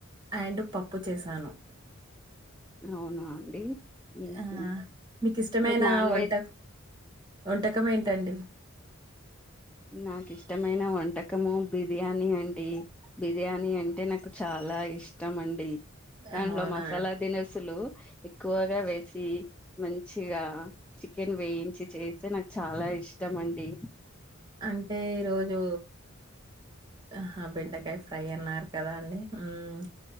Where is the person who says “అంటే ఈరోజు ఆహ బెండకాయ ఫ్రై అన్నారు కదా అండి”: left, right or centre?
Right